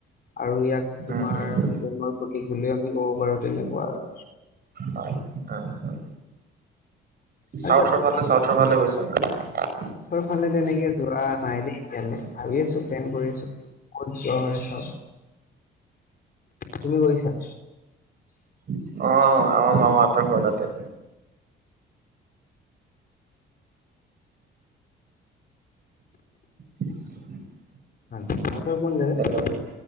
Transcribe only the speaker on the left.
আৰু ইয়াক
তোমাৰ
প্ৰেমৰ প্ৰতীক বুলি আমি ক'ব পাৰোঁ তেনেকুৱা আৰু।
আৰু তাতে মানে
চাউথৰ ফালে তেনেকে যোৱা নাই দেই এতিয়ালে, ভাবি আছোঁ, প্লেন কৰি আছোঁ। ক'ত যোৱা হয় চাওঁ। তুমি গৈছা?
আচ্ছা, চাউথৰ কোন জাগাত,